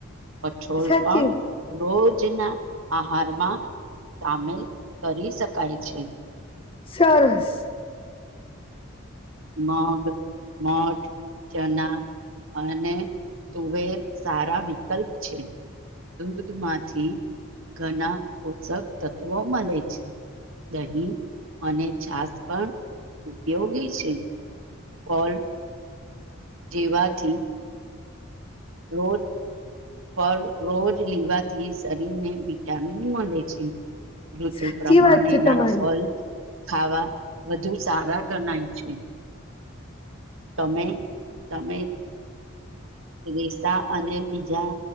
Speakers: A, on the right; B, on the left.
A: પછોલ
B: સાચી
A: પણ રોજ જના આહારમાં સામેલ કરી શકાય છે
B: સરસ
A: મગ મઠ ચના અને તુવેર સારા વિકલ્પ છે દુગધમાંથી ઘણા પોષક તત્વો મળે છે દહીં અને છાસ પણ ઉપયોગી છે ઓલ જેવાથી રોજ ફ રોજ લેવાથી શરીરને વિટામિન મળે છે ઋતુ
B: સાચી
A: પ્રમાણે
B: વાત છે તમારી
A: ના ફલ ખાવા વધુ સારા ગણાય છે તમે તમે રસા અને બીજા